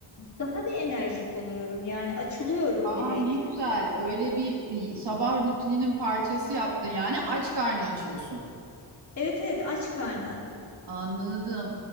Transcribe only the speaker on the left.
daha bir enerjik oluyorum. Yani açılıyorum
direkt.
Evet evet aç karnı.